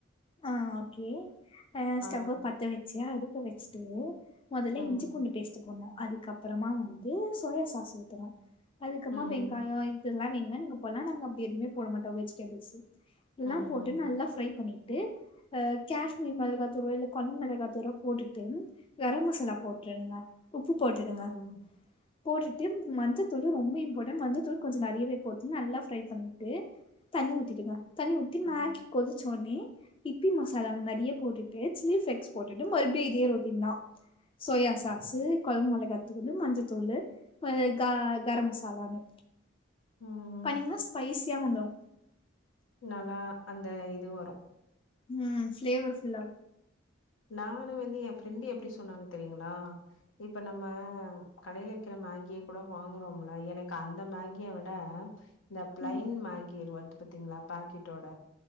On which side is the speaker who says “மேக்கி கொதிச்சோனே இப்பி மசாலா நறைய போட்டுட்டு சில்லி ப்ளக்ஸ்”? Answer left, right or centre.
Left